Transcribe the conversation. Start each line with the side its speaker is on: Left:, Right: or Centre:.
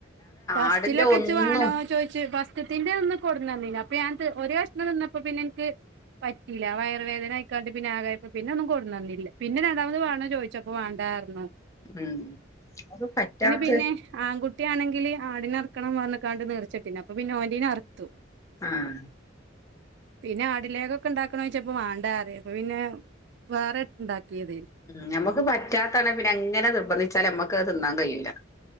Right: ഫസ്റ്റിലൊക്കെച്ച്
Left: ആടിന്റെ ഒന്നും
Right: വേണോ ചോയിച്ച് ത്തിന്റെ അന്ന് കൊട്ന്നന്നീന് അപ്പൊ ഞാൻ ഒരു കഷ്ണം തിന്നപ്പോ പിന്നെ ഇന്ക്ക് പറ്റില്ല വയ്റ വേദന ആയിക്കാണ്ട് പിന്നെ ആകായപ്പ പിന്നെ ഒന്നും കൊടുന്നന്നില്ല പിന്നെ രണ്ടാമത് വാണോ ചോയിച്ചപ്പോ വാണ്ടാർന്നു
Left: ഉം അത് പറ്റാത്തത്
Right: പിന്നെ ആൺകുട്ടിയാണെങ്കില് ആടിനെ അർക്കണം പറന്ന്കാണ്ട് നേർച്ചട്ടീനു അപ്പൊ പിന്നെ ഓന്റീന് അറത്തു
Left: ആഹ്
Right: പിന്നെ ആടിലേകം ഉണ്ടാക്കണ ചോച്ചപ്പോ വാണ്ടറിയേ അപ്പ പിന്നെ വേറെണ്ടാക്കിയത്
Left: ഉം നമുക്ക് പറ്റാത്തണ പിന്നെ എങ്ങനെ നിർബന്ധിച്ചാലൽ നമ്മക്ക്ത് തിന്നാൻ കഴിയുല്ല